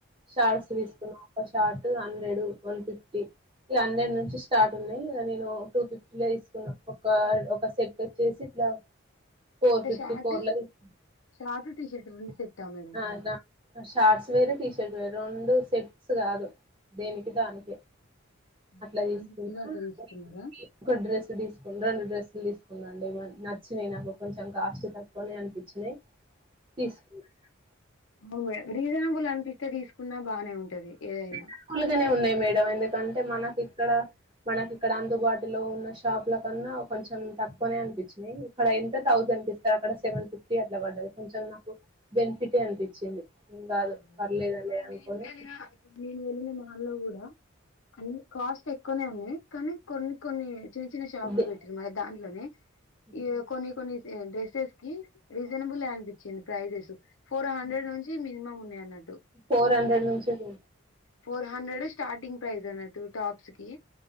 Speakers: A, on the right; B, on the left.
A: షార్ట్స్ తీసుకున్నా ఒక షార్ట్ హండ్రెడ్ వన్ ఫిఫ్టీ ఇ హండ్రెడ్ నుంచి స్టార్ట్ ఉన్నాయి ఇగా నేను టూ ఫిఫ్టీ లో తీసుకున్నా ఒక ఒక సెట్ వచ్చేసి ఇట్లా ఫోర్
B: అంటే
A: ఫిఫ్టీ
B: షార్ట్
A: ఫోర్ ల తీసుకున
B: షార్ట్ టీ షర్ట్ రెండు సెట్టా మేడం
A: అ షార్ట్స్ వేరూ టీషర్ట్ వేరూ రొండు సెట్స్ కాదు దేనికి దానికె అట్లా
B: అంటే
A: తీసుకున్న
B: వన్ ఫిఫ్టీలో అట్లా తీసుకున్నారా
A: బేబీ పింక్ డ్రెస్ డ్రెస్సులు తీసుకున్న రెండు డ్రెస్సులు తీసుకున్న అండి నచ్చినాయి నాకు కొంచెం కాస్ట్ తక్కువనే అనిపించినాయి తీసుకున్న మేడం
B: అవు మేడం రీజనబుల్ అనిపిస్తే తీసుకున్నా బానే ఉంటది ఏదైనా
A: తక్కువలుగానే ఉన్నాయి మేడం ఎందుకంటే మనకు ఇక్కడ మనక్ ఇక్కడ అందుబాటులో ఉన్న షాపుల కన్నా కొంచెం తక్కువనే అనిపించినాయి ఇక్కడ ఎంత థౌసండ్ కిస్తే అక్కడ సెవెన్ ఫిఫ్టీ అట్లా పడది కొంచెం నాకు బెనిఫిటే అనిపిచింది ఏం కాదు
B: అవును
A: పర్లేదులే
B: ఇప్పుడు
A: అనుకోని
B: నేను వెళ్ళిన ఇప్పుడు నేను వెళ్ళిన మాల్లో కూడా కోన్ని కాస్ట్ ఎక్కువనే ఉన్నాయి కానీ కొన్ని కొన్ని చిన్న చిన్న షాపులు
A: దే
B: పెట్టిరు మళ్ళ దాంట్లోనే
A: హ్మ్.
B: ఇగా కొన్ని కొన్ని డ్రెస్సెస్ కి రీజనబులే అనిపిచింది ప్రైజెస్ ఫోర్ హండ్రెడ్
A: హ్మ్.
B: నుంచి మీ మినిమం ఉనాయి అన్నట్టు
A: ఫోర్ హండ్రెడ్ నుంచేలి
B: ఫోర్ హండ్రెడ్ స్టార్టింగ్ ప్రైజ అన్నాటు టాప్స్ కి